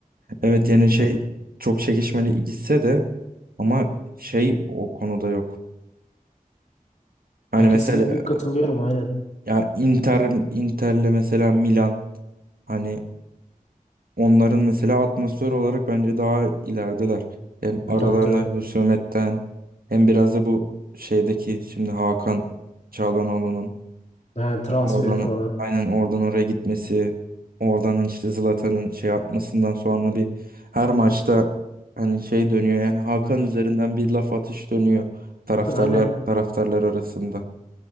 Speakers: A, on the right; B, on the left.
A: Evet yani
B: Ya,
A: şey çok çekişmeli gitse de ama şey o konuda yok. Hani
B: e, kesinlikle
A: mesela
B: katılıyorum aynen.
A: ya Inter Inter'le mesela Milan hani onların mesela atmosfer olarak bence daha ilerideler. Hem
B: Ya,
A: aralarında
B: tabii tabii.
A: husumetten hem biraz da bu şeydeki şimdi Hakan Çalhanoğlu'nun
B: Ha, transferi
A: Oradan
B: falan.
A: aynen oradan oraya gitmesi, oradan işte Zlatan'ın şey atmasından sonra bir her maçta hani şey dönüyor yani Hakan üzerinden bir laf atış dönüyor taraftarlar
B: <laughs> Aynen.
A: taraftarlar arasında.